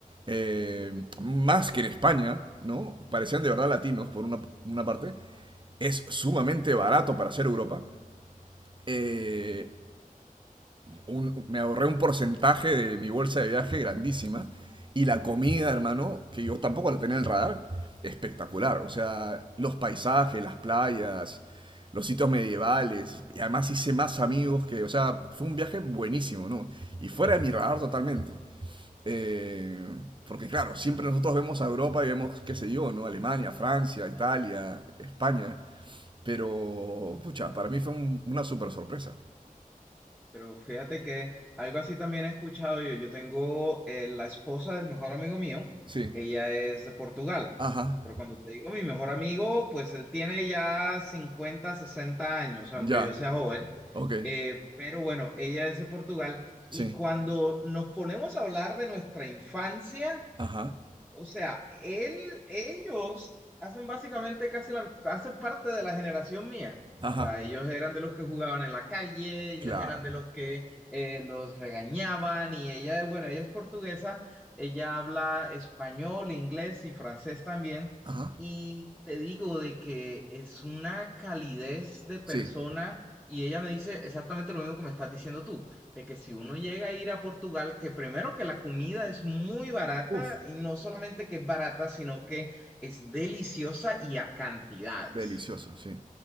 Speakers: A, on the right (about 35°); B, in the centre.
A: eh, más que en España, ¿no? Parecían de verdad latinos por una, una parte. Es sumamente barato para hacer Europa. Eh, un, me ahorré un porcentaje de mi bolsa de viaje grandísima. Y la comida, hermano, que yo tampoco la tenía en el radar, espectacular. O sea, los paisajes, las playas, los sitios medievales. Y además hice más amigos que, o sea, fue un viaje buenísimo, ¿no? Y fuera de mi radar totalmente. Eh, porque claro, siempre nosotros vemos a Europa y vemos, qué sé yo, ¿no? Alemania, Francia, Italia, España. Pero, pucha, para mí fue un- una super sorpresa.
B: Pero fíjate que algo así también he escuchado yo. Yo tengo eh, la esposa del mejor amigo mío,
A: Sí.
B: ella es de Portugal.
A: Ajá.
B: Pero cuando te digo mi mejor amigo, pues él tiene ya 50, 60 años, aunque
A: Ya,
B: yo sea joven.
A: ok,
B: Eh, pero bueno, ella es de Portugal y
A: sí,
B: cuando nos ponemos a hablar de nuestra infancia,
A: ajá,
B: o sea, él, ellos hacen básicamente casi la, hacen parte de la generación mía.
A: ajá,
B: O sea, ellos eran de los que jugaban en la calle, ellos
A: claro,
B: eran de los que eh, los regañaban y ella, bueno, ella es portuguesa, ella habla español, inglés y francés también.
A: ajá,
B: Y te digo de que es una calidez de persona
A: sí,
B: y ella me dice exactamente lo mismo que me estás diciendo tú de que si uno llega a ir a Portugal, que primero que la comida es muy barata
A: uf,
B: y no solamente que es barata, sino que es deliciosa y a cantidades.
A: delicioso, sí,